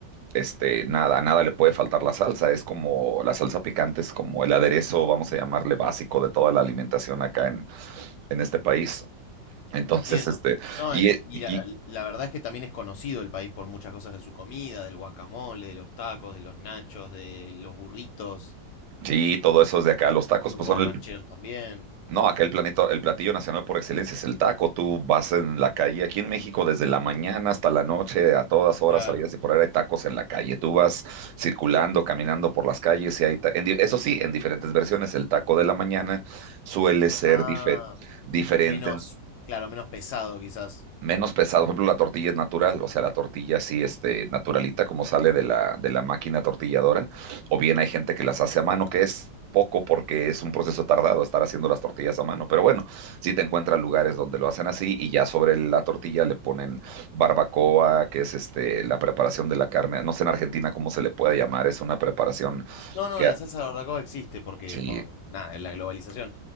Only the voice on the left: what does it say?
Entiendo.
No,
eh, eh,
y
la, la verdad es que también es conocido el país por muchas cosas de su comida, del guacamole, de los tacos, de los nachos, de los burritos,
los
huevos
rancheros también.
Claro.
Ah,
menos,
claro, menos pesado quizás.
No, no,
la salsa de barbacoa existe porque,
por nada, es la globalización.